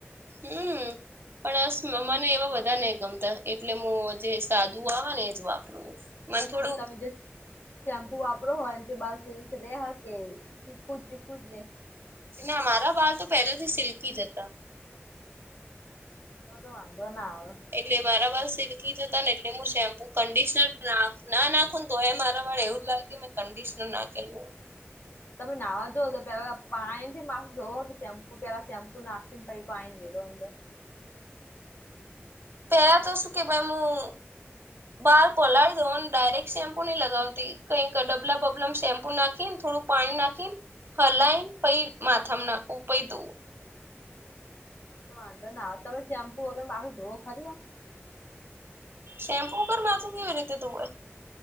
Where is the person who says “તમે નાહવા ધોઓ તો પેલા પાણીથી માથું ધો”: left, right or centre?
Left